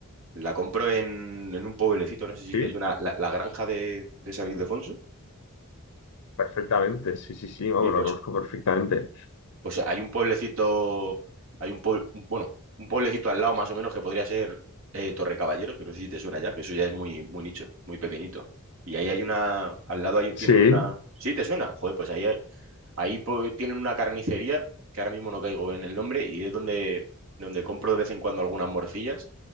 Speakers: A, on the right; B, on the left.
A: La compro en, en un pueblecito, no sé
B: Sí,
A: si te suena, la, la granja de, de San Ildefonso.
B: perfectamente. Sí, sí, sí, vamos,
A: Y pues,
B: lo conozco perfectamente.
A: pues hay un pueblecito, hay un pueblo, bueno, un pueblecito al lado más o menos que podría ser eh, Torre Caballeros, que no sé si te suena ya, que eso ya es muy, muy nicho, muy pequeñito. Y ahí hay una, al lado hay, un- tienen
B: Sí,
A: una... Sí, te suena. Joder, pues ahí Ahí po- tienen una carnicería, que ahora mismo no caigo en el nombre, y es donde, donde compro de vez en cuando algunas morcillas,